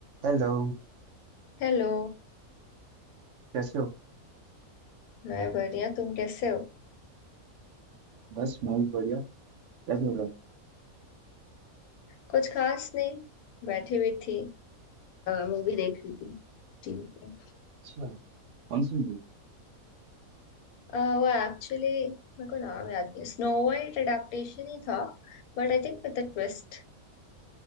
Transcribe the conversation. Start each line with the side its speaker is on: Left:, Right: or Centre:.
Right: Hello
Left: Hello
Right: कैसे हो
Left: मैं बढ़िया तुम कैसे हो
Right: बस मैं भी बढ़िया क्या चल रहा है
Left: कुछ खास नहीं बैठी हुई थी मूवी देख रही थी टीवी पे
Right: अच्छा कौन सी मूवी
Left: अ, वो एक्चुअली मेरे को नाम याद नहीं स्नो वाइट अडेप्टेशन ही था But I think with the twist